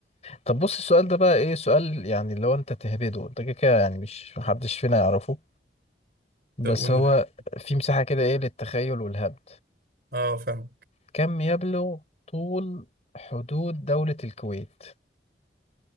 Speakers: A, on the left; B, on the right.
A: طب بص السؤال ده بقى ايه سؤال يعني لو انت تهبده انت كده كده يعني مش محدش فينا يعرفه بس
B: طب قول
A: هو
B: ونحاول
A: في مساحة كده ايه للتخيل والهبد
B: أه فاهم
A: كم يبلغ طول حدود دولة الكويت